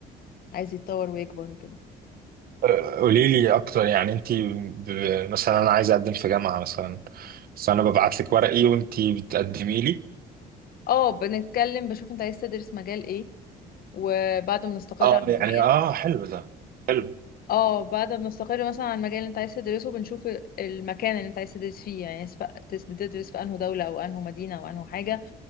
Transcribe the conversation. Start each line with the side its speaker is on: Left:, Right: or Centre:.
Left: عايز يتطور ويكبر وكده
Right: آه، قولي لي اكتر يعني انت ب... ب- مثلا انا عايز اقدم في جامعه مثلا فانا ببعت لك ورقي وانت بتقدمي لي
Left: اه بنتكلم بشوف انت عايز تدرس مجال ايه وبعد ما نستقر
Right: اه
Left: على المجال
Right: يعني اه حلو ده حلو
Left: اه بعد ما نستقر مثلا على المجال اللي انت عايز تدرسه بنشوف المكان اللي انت عايز تدرس فيه يعني سواء تس- تدرس في انهي دولة او انهي مدينة او انهي حاجة